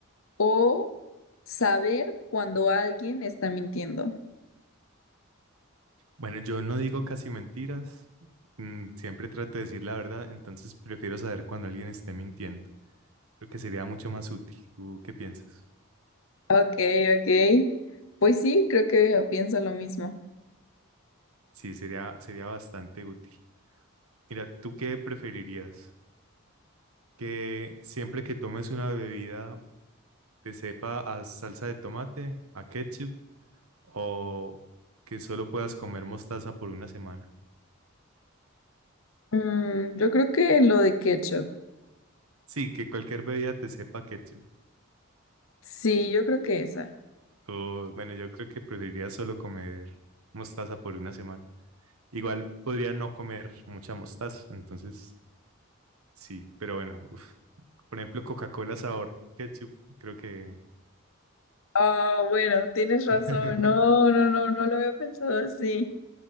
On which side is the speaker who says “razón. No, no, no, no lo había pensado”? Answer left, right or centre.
Left